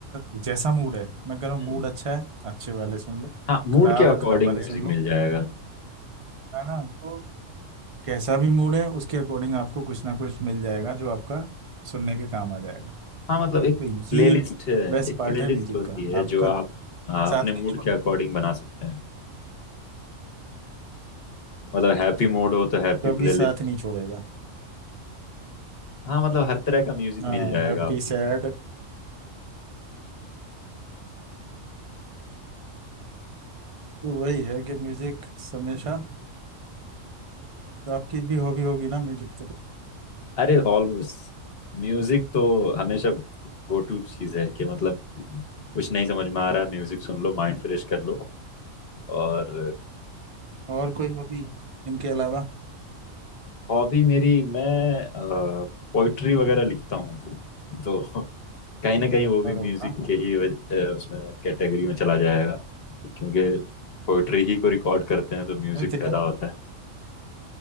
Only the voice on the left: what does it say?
हम्म,
हाँ
मूड के अकॉर्डिंग
म्यूजिक
मिल जाएगा
हाँ मतलब एक
प्लेलिस्ट
है
एक
प्लेलिस्ट
होती
है
जो आप हाँ,
अपने मूड
के अकॉर्डिंग बना सकते हैं मतलब हैप्पी मूड हो तो हैप्पी
प्लेलिस्ट
हाँ मतलब हर तरह का म्यूजिक
मिल जाएगा
आपको
अरे ऑलवेज म्यूजिक तो हमेशा गो टू चीज है कि मतलब कुछ नहीं समझ में आ रहा म्यूजिक सुन लो माइंड फ्रेश कर लो और
हॉबी मेरी मैं पोइट्री वगैरह लिखता हूँ तो कहीं ना कहीं वो भी
म्यूजिक के ही वज- अ, उसमें कैटेगरी में चला जाएगा क्योंकि पोइट्री ही को रिकॉर्ड करते हैं तो म्यूजिक
पैदा
होता है